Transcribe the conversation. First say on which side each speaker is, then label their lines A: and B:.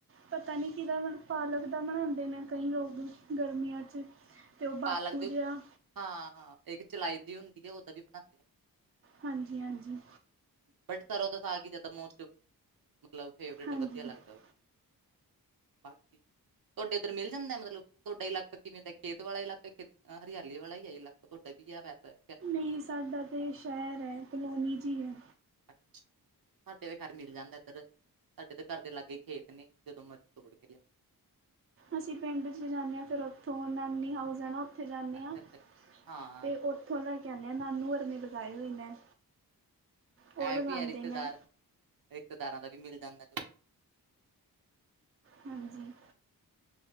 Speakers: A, on the right; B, on the right.
A: ਪਤਾ ਨਹੀਂੀ ਕਿਹਦਾ ਪਾਲਕ ਦਾ ਬਣਾਉਂਦੇ ਨੇ ਕਈ ਲੋਕ ਗਰਮੀਆਂ 'ਚ ਉਹ
B: ਪਾਲਕ
A: ਬਾਥੂ
B: ਦੇ
A: ਜਿਹਾ
B: ਹਾਂ, ਹਾਂ ਇੱਕ ਚਲਾਈ ਦੀ ਹੁੰਦੀ ਹੈ ਉਹਦਾ ਵੀ ਬਣਾਉਂਦੇ ਆ।
A: ਹਾਂਜੀ ਹਾਂਜੀ।
B: ਬਟ ਸਰੋਂ ਦਸ ਆ ਕੇ ਜਿਆਦਾ ਮੋਸਟ, ਮਤਲਬ ਫੇਵਰੇਟ
A: ਹਾਂਜੀ ਹਾਂਜੀ
B: ਵਧੀਆ ਲੱਗਦਾ ਉਹ। ਬਾਕੀ ਤੁਹਾਡੇ ਉੱਧਰ ਮਿਲ ਜਾਂਦਾ? ਮਤਲਬ, ਤੁਹਾਡਾ ਇਲਾਕਾ ਕਿਵੇਂ ਦਾ? ਖੇਤ ਵਾਲਾ ਇਲਾਕ ਹ ਹਰਿਆਲੀ ਵਾਲਾ ਹੀ ਹੈ ਲ, ਤੁਹਾਡਾ ਵੀ ਗਿਆ ਵੈਸਾ
A: ਕੀ ਸਾਡਾ ਤਾਂ, ਸ਼ਹਿਰ ਹੈ ਕਲੋਨੀ ਜੀ ਹੈ।
B: ਅੱਛਾ ਸਾਡੇ ਤੇ ਖਰ ਮਿਲ ਜਾਂਦਾ ਇੱਧਰ, ਸਾਡੇ ਤਾਂ ਘਰ ਦੇ ਲਾਗੇ ਖੇਤ ਨੇ ਜਦੋਂ ਮਰਜ਼ੀ ਤੋੜਕੇ ਆ
A: ਅਸੀਂ ਪਿੰਡ 'ਚ ਜਾਂਨੇ ਹਾਂ ਫਿਰ ਉੱਥੋਂ, ਨਾਨੀ ਹਾਊਸ ਹੈ ਨਾ ਉੱਥੇ ਜਾਂਨੇ
B: ਅੱਛਾ
A: ਆਂ, ਅਤੇ
B: ਅੱਛਾ ਹਾਂ
A: ਉੱਥੋਂ ਲੈ ਕੇ ਆਨੇ ਆ ਨਾਨੂਆਂਰ ਨੇ ਲਗਾਏ ਹੋਏ ਨੇ, ਉਹ ਲਗਾਂਦੇ
B: ਇਹ ਵੀ ਹੈ ਰਿਸ਼ਤੇਦਾਰ
A: ਨੇ।
B: ਰਿਸ਼ਤੇਦਾਰਾਂ ਦਾ ਵੀ ਮਿਲ ਜਾਂਦਾ।
A: ਹਾਂਜੀ।